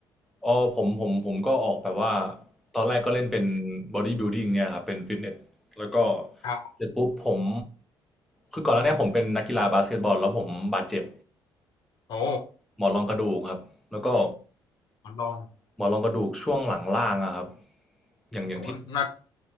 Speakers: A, in the centre; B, on the left.
A: อ๋อผมผมผมก็ออกแบบว่าตอนแรกก็เล่นเป็น Body Building เนี่ยครับเป็นฟิตเนสแล้วก็
B: ครับ
A: เสร็จปุ๊บผมคือก่อนหน้าเนี้ผมเป็นนักกีฬาบาสเกตบอลแล้วผมบาดเจ็บ
B: โอ้
A: หมอนรองกระดูกครับแล้วก็
B: ลอลอง
A: หมอนรองกระดูกช่วงหลังล่างอะครับอย่างอย่างที่
B: โหนัก